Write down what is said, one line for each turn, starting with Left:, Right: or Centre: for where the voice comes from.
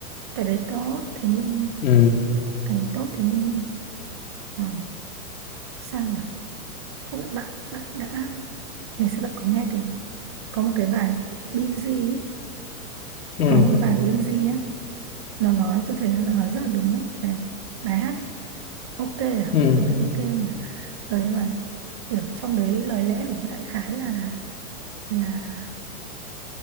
Right: cái đấy tốt thế nhưng
Left: ừ
Right: cái đấy tốt thế nhưng ờ, sao nhỉ không biết bạn bạn đã ngày xưa bạn có nghe cái có một cái bài Binz ấy
Left: ừ
Right: có một cái bài của Binz á nó nói tôi thấy nó nói rất là đúng đấy bài bài hát ấy ok à?
Left: ừ
Right: không phải ok đâu nhỉ ừ, nhưng mà kiểu trong đấy lời lẽ của nó đại khái là là